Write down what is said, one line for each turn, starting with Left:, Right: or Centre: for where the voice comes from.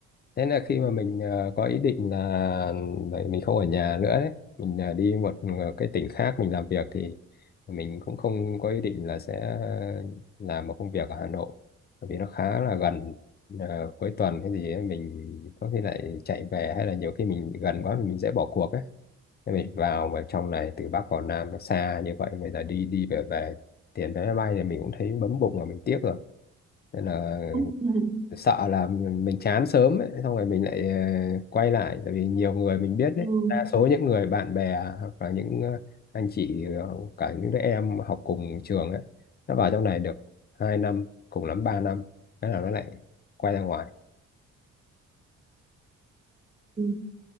Left: Thế là khi mà mình ờ, có ý định là vậy mình không ở nhà nữa đấy, mình ờ, đi một ờ, cái tỉnh khác mình làm việc thì mình cũng không có ý định là sẽ làm một công việc ở Hà Nội, bởi vì nó khá là gần Ờ, cuối tuần cái gì ấy, mình có khi lại chạy về hay là nhiều khi mình gần quá thì mình dễ bỏ cuộc ấy. Thế mình vào mà trong này từ Bắc vào Nam nó xa như vậy bây giờ đi đi về về tiền vé máy bay thì mình cũng thấy bấm bụng là mình tiếc rồi. Nên là
Right: <laughs>
Left: sợ là mình, mình chán sớm ấy, xong rồi mình lại ờ, quay lại tại vì nhiều người mình biết
Right: ừ.
Left: đấy đa số những người bạn bè hoặc là những ờ, anh chị ờ, cả những đứa em học cùng trường ấy nó vào trong này được 2 năm cùng lắm 3 năm thế là nó lại quay ra ngoài
Right: Ừ.